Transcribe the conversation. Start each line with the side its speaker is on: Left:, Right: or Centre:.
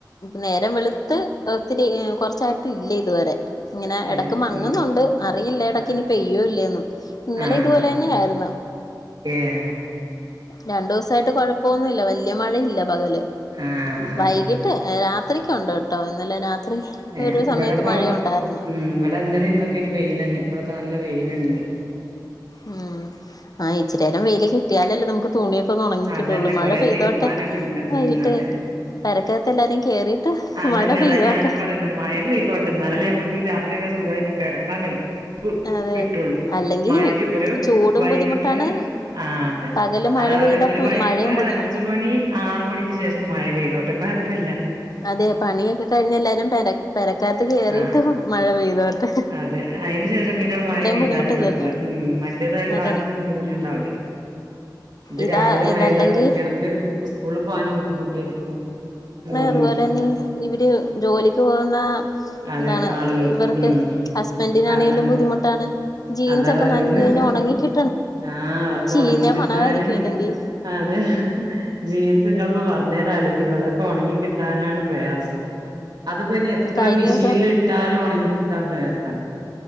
Left: നേരം വെളുത്ത് ഒത്തിരി കൊറച്ചായിട്ട് ഇല്ലെതുവരെ ഇങ്ങനെ എടക്ക്
Right: ഏഹ്
Left: മങ്ങുന്നുണ്ട്
Right: ഉം
Left: അറിയില്ല എടക്ക്നി
Right: ആഹ്
Left: പെയ്യോല്ലെന്ന് ഇന്നലെതുപോലെന്നെയായ്ര്ന്നു
Right: ആഹ് ആഹ് ഏഹ്
Left: രണ്ടുസായിട്ട് കൊഴപ്പൊന്നുല്ല വല്യ മഴയില്ല പകല്
Right: ആഹ്
Left: വൈകിട്ട്
Right: ആഹ്
Left: ട്ട് രാത്രിക്കുണ്ട്ട്ടോ ഇന്നലെ രാത്രി
Right: ഏഹ്
Left: ഒരു
Right: ഇവടെപ്പോ
Left: സമയത്ത് മഴയുണ്ടായിരുന്നു
Right: ഉം ഇവടെന്നെലി ന്നൊക്കെയ്റ്റ് വെയ്ലെന്നെ ഇപ്പഴൊക്കെ നല്ല വെയ്ലിണ്ട്
Left: ഉം ആഹ് ഇച്ചിരെരം വെയില് കിട്ടിയാലല്ലെ നമുക്ക് തുണി യൊക്കൊന്നൊണങ്ങിക്കിട്ടുള്ളൂ
Right: അതന്നെ
Left: മഴ
Right: കൊറേ
Left: പെയ്തോട്ടെ
Right: തിരുമ്പാനൊക്കെ ഉണ്ട്
Left: വൈകിട്ട്
Right: ഉം അതെ
Left: പെരക്കത്ത് എല്ലാരും കേറി ട്ട്
Right: അതന്നെ
Left: മഴ പെയ്തോട്ടെ
Right: അതാ ഞാനും പറയുന്നത് മഴ പെയ്തോട്ടെ എന്നാലല്ലേ ഞമ്മക്ക് രാത്രിയൊക്കെ സുഖായിട്ട് കെടക്കാൻ കയും
Left: അതെ
Right: കിട്ടുള്ളൂ
Left: അല്ലെങ്കി
Right: മൈരി ഒരു
Left: ചൂടും
Right: വൈകുന്നേരം
Left: ബുദ്ധിമുട്ടാണ്
Right: ആഹ് അതെ
Left: പകല് മഴ
Right: അതാ പറയ്ന്നത്
Left: പെയ്തപ്പം
Right: ഒരു വൈകുന്നേരം
Left: മഴയും
Right: ഒരു
Left: ബുദ്ധിമുട്ടാ
Right: അഞ്ച് മണി ആറ് മണിക്ക്ശേഷം മഴ പെയ്തോട്ടേ കൊഴപ്പില്ല
Left: അതെ പണിയൊക്കെ കഴിഞ്ഞെല്ലാരും പെര പെരക്കാത്ത് കെയ്റിട്ട്
Right: ആ
Left: മഴ പെയ്തൊട്ടെ
Right: അതെ അയ്ന്ശേഷം പിന്നെ മഴ പെയ്താലും
Left: ബുദ്ധിമുട്ടില്ലല്ലോ
Right: കുഴപ്പില്ല ഉം മറ്റേത്
Left: അതെ
Right: ആര്ക്കും ബുദ്ധിമുട്ടുണ്ടാവില്ലല്ലോ ഇത്
Left: ഇതാ
Right: രാവിലെമയെതാ
Left: ഇതല്ലെങ്കി
Right: കുട്ടെൾക്ക് ഉസ്കൂള് പോകാനും ബുദ്ധിമുട്ടെരിക്കും ഉം
Left: അതുപോലെന്നെ
Right: അതെ
Left: ഇവര് ജോലിക്ക് പോകുന്ന
Right: അതെ
Left: ന്താണ്
Right: ആളുകൾക്ക്
Left: ഇവർക്കെ
Right: ഉം
Left: ഹസ്ബന്റിനാണെേലും
Right: അതന്നെ
Left: ബുദ്ധിമുട്ടാണ് ജീൻസക്കെ
Right: അതാ പറയുന്നെ
Left: നൻഞ്ഞെഞ്ഞ ഒണങ്ങിക്കി
Right: ആഹ് ഒക്കെ
Left: ചീഞ്ഞ
Right: ഒണങ്ങി കിട്ടാന്
Left: മണവായിരിക്കുവല്ലെങ്കി
Right: അതെ ജീൻസ്ങ്ങള്പ്പോ പറഞ്ഞേരം ആലോയ്ക്ക്ന്നത് അതൊക്കെ ഒണങ്ങികിട്ടാനാണ് പ്രയാസം അത് പ്പെനി എത്ര
Left: കഴിഞ്ഞ
Right: മിഷീല്ട്ടാലും
Left: ദിവസം
Right: ഒണങ്ങിക്കിട്ടാൻ പ്രയാസണത്